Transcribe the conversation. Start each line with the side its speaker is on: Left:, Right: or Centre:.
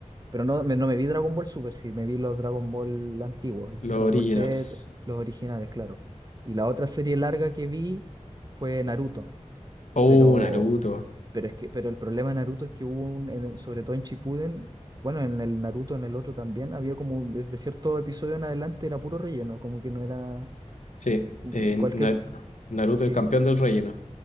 Right: pero no me, no me vi Dragon Ball Super, sí, me vi los Dragon Ball antiguos, el
Left: Los
Right: Dragon
Left: originals.
Right: Ball Z, los originales, claro. Y la otra serie larga que vi fue Naruto,
Left: Oh,
Right: pero,
Left: Naruto.
Right: pero, es que, pero el problema de Naruto es que hubo un, en el- sobre todo en Shippuden, bueno, en el Naruto, en el otro también, había como un- desde cierto episodio en adelante era puro relleno, como que no era
Left: Sí,
Right: cu-
Left: eh,
Right: Cualquier,
Left: Na- Naruto
Right: sí,
Left: el campeón del relleno.